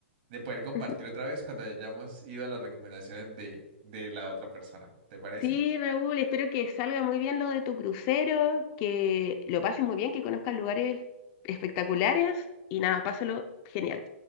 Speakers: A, on the right; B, on the left.
A: de poder compartir
B: Ujú.
A: otra vez cuando hayamos ido a las recomendaciones de, de la otra persona. ¿Te parece?
B: Sí, Raúl, espero que salga muy bien lo de tu crucero, que lo pases muy bien, que conozcas lugares espectaculares y nada, pásalo genial.